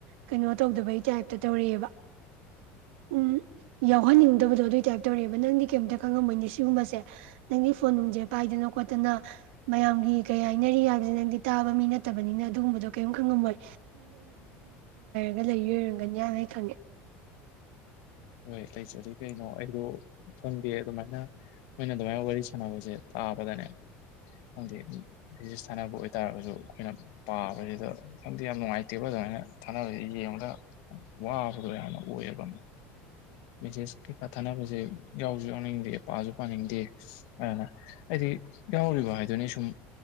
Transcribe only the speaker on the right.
ꯀꯩꯅꯣ ꯇꯧꯗꯕꯩ ꯇꯥꯏꯞꯇ ꯇꯧꯔꯛꯑꯦꯕ ꯎꯝ ꯌꯥꯎꯍꯟꯅꯤꯡꯗꯕꯗꯣ ꯑꯗꯨꯏ ꯇꯥꯏꯞꯇ ꯇꯧꯔꯛꯑꯦꯕ ꯅꯪꯗꯤ ꯀꯩꯝꯇ ꯈꯪꯉꯝꯃꯣꯏꯅꯦ ꯁꯤꯒꯨꯝꯕꯁꯦ ꯅꯪꯗꯤ ꯐꯣꯟ ꯅꯨꯡꯁꯦ ꯄꯥꯏꯗꯅ ꯈꯣꯠꯇꯅ ꯃꯌꯥꯝꯒꯤ ꯀꯩ ꯍꯥꯏꯅꯔꯤ ꯍꯥꯏꯕꯁꯦ ꯅꯪꯗꯤ ꯇꯥꯕ ꯃꯤ ꯅꯠꯇꯕꯅꯤꯅ ꯑꯗꯨꯒꯨꯝꯕꯗꯣ ꯀꯩꯝꯇ ꯈꯪꯉꯝꯃꯣꯏ ꯒ ꯂꯩ ꯑꯣꯏꯔꯝꯒꯅꯤ ꯌꯥꯅ ꯑꯩ ꯊꯪꯉꯦ